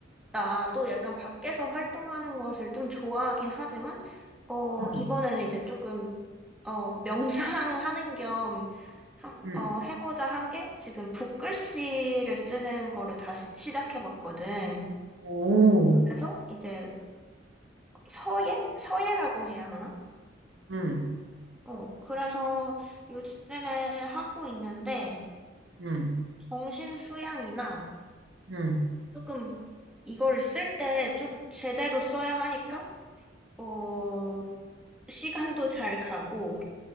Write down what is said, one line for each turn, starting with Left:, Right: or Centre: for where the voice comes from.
Centre: 나도 약간 밖에서 활동하는 것을 좀 좋아하긴 하지만, 어,
Right: 응,
Centre: 이번에는 이제 조금, 어, <laughs> 명상하는 겸, 함-
Right: 응,
Centre: 어, 해보자 한 게 지금 붓글씨를 쓰는 거를 다시 시작해봤거든.
Right: 오,
Centre: 그래서 이제 서예? 서예라고 해야 하나?
Right: 응,
Centre: 어, 그래서 요즘에 하고 있는데,
Right: 응,
Centre: 정신 수양이나
Right: 응,
Centre: 조금 이걸 쓸 때 좀 제대로 써야 하니까, 어, 시간도 잘 가고